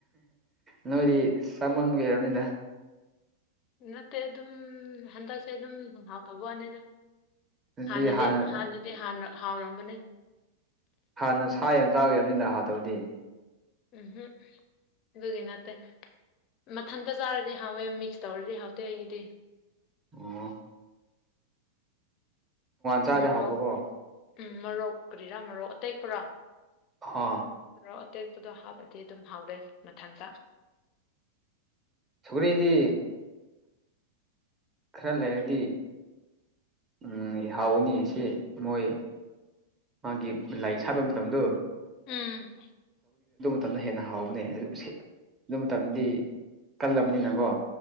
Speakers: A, on the right; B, on the left.
A: ꯅꯣꯏꯔꯤ ꯁꯃꯥꯟꯒ ꯏꯔꯅꯤꯂ
B: ꯅꯠꯇꯦ ꯑꯗꯨꯝ ꯍꯟꯗꯛꯁꯦ ꯑꯗꯨꯝ ꯍꯥꯎꯇꯕ ꯋꯥꯅꯤꯅ
A: ꯑꯗꯨꯗꯤ
B: ꯍꯥꯟꯅꯗꯤ
A: ꯍꯥꯟꯅ
B: ꯍꯥꯟꯅꯗꯤ ꯍꯥꯎꯔꯝꯕꯅꯦ
A: ꯍꯥꯟꯅ ꯁꯥ ꯌꯥꯝ ꯆꯥꯒꯦꯕꯅꯤꯗ ꯍꯥꯠꯇꯧꯗꯤ
B: ꯎꯝꯝ ꯑꯗꯨꯒꯤ ꯅꯠꯇꯦ ꯃꯊꯟꯇ ꯆꯥꯔꯗꯤ ꯍꯍꯥꯎꯋꯦ ꯃꯤꯛꯁ ꯇꯧꯔꯗꯤ ꯍꯥꯎꯇꯦ ꯑꯩꯒꯤꯗꯤ
A: ꯑ ꯆꯥꯔꯗꯤ
B: ꯃꯔꯣꯔꯣꯛ
A: ꯍꯥꯎꯕꯀꯣ
B: ꯎꯝ ꯃꯔꯣꯛ ꯀꯔꯤꯔꯥ ꯃꯔꯧ ꯑꯇꯩ ꯄꯨꯔꯥ
A: ꯍ
B: ꯑꯗꯨꯔꯣ ꯑꯇꯦꯛꯄꯗꯣ ꯍꯥꯞꯄꯗꯤ ꯑꯗꯨꯝ ꯍꯥꯎꯔꯦ ꯃꯊꯟꯇ
A: ꯁꯨꯒꯔꯤꯗꯤ ꯈꯔ ꯂꯩꯔꯗꯤ ꯎꯝ ꯍꯥꯎꯅꯤ ꯁꯤ ꯃꯣꯏ ꯃꯥꯒꯤ ꯂꯥꯏ ꯁꯥꯠꯄ ꯃꯇꯝꯗꯣ
B: ꯎꯝ
A: ꯃꯇꯝꯅ ꯍꯦꯟꯅ ꯍꯥꯎꯕꯅꯦ ꯑꯗꯨ ꯃꯇꯝꯗꯤ ꯀꯜꯂꯕꯅꯤꯅꯀꯣ